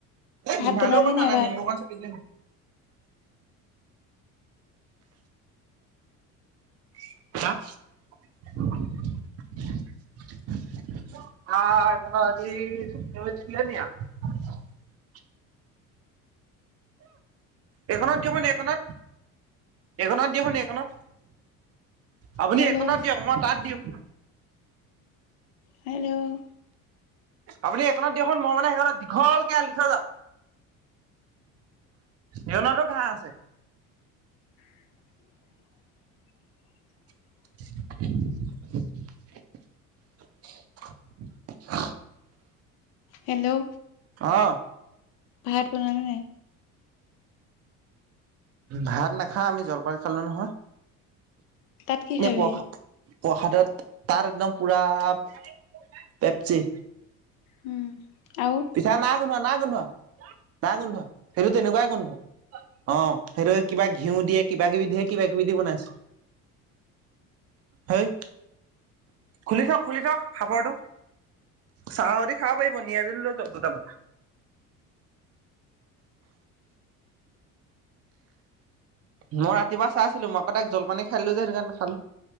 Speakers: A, on the right; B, on the left.
A: এ
B: ভাত
A: শুকালেওঁ
B: বনালি
A: কথা নাই
B: ভাত
A: নেমু অকন চেপি দিলে ভাত অ তাৰ পৰা আজি এইখনত দিয়কচোন এইখনত এইখনত দিয়কচোন এইখনত আপুনি
B: হেল্ল'
A: এখনত দিয়ক মই তাত দিওঁ।
B: হেল্ল''।
A: আপুনি এইখনত দিয়কচোন মই মানে সেইখনত দীঘলকে আৰি থৈ যাম। নেউলটো ঘাঁহ আছে।
B: <inaudible>
A: <inaudible> <inaudible>
B: হেল্ল'
A: অঁ
B: ভাত, বনালি নে নাই।
A: ভাত নাখাওঁ আমি জলপান খালোঁ নহয়।
B: তাত কি
A: নে
B: খাবি।
A: প্ৰসা প্ৰসাদত, তাত একদম পুৰা পেপচি
B: উম আৰু
A: পিঠা না গোন্ধোৱা না গোন্ধোৱা না গোন্ধোৱা সেইটো তেনেকুৱাই গোন্ধ। অ সেইটো কিবা ঘিউ দিয়ে কিবা কিবি ধেই কিবা কিবি দি বনাইছে। হয় খুলি থক খুলি থক খাপৰটো। চাহেদি খাব পাৰিব নিয়ে‌‌ যদি তম‌ তম। মই ৰাতিপুৱা চাই আছিলোঁ মই আকৌ তাইক জলপানী খাই দিলো যে সেইকাৰণে নাখালোঁ।